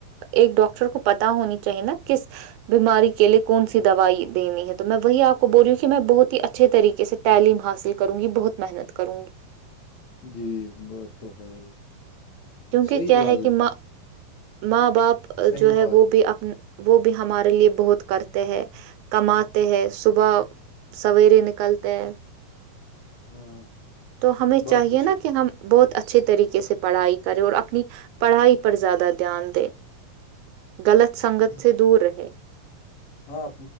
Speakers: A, on the right; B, on the left.
A: ایک ڈاکٹر کو پتا ہونی چاہیے نا کس بیماری کے لیے کون سی دوائی دینی ہے تو میں وہی آپ کو بول رہی ہوں کہ میں بہت ہی اچھے طریقے سے تعلیم حاصل کروں گی بہت محنت کروں گی
B: جی بات تو ہے ہی
A: کیونکہ
B: صحیح
A: کیا
B: گال
A: ہے کہ ماں ماں باپ
B: صحیح
A: جو ہے
B: بات
A: وہ بھی اپ وہ بھی ہمارے لیے بہت کرتے ہے کماتے ہے صبح سویرے نکلتے ہے
B: ہاں
A: تو ہمیں
B: بات
A: چاہیے
B: تو
A: نا
B: صحیح
A: کہ ہم بہت اچھے طریقے سے پڑھائی کرے اور اپنی پڑھائی پر زیادہ دھیان دے غلط سنگت
B: ہے۔
A: سے دور رہے
B: ہاں